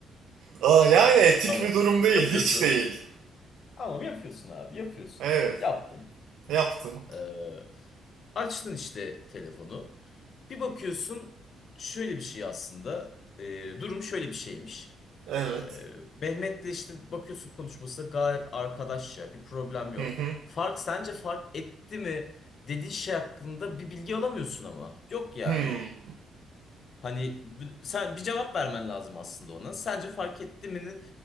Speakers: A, on the right (about 80°); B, on the left (about 55°).
A: Aa, yani etik
B: Tamam.
A: bir durum değil
B: Yapıyorsun.
A: hiç değil.
B: Tamam yapıyorsun abi yapıyorsun.
A: Evet
B: Yaptın.
A: yaptım.
B: Ee, açtın işte telefonu. Bir bakıyorsun şöyle bir şey aslında. Ee, durum şöyle bir şeymiş.
A: Evet.
B: Ee, Mehmet'le işte bakıyorsun konuşması gayet arkadaşça bir problem yok.
A: Hı hı.
B: Fark sence fark etti mi dediği şey hakkında bir bilgi alamıyorsun ama. Yok yani.
A: Hmm.
B: Hani b- sen bir cevap vermen lazım aslında ona. Sence fark etti mi?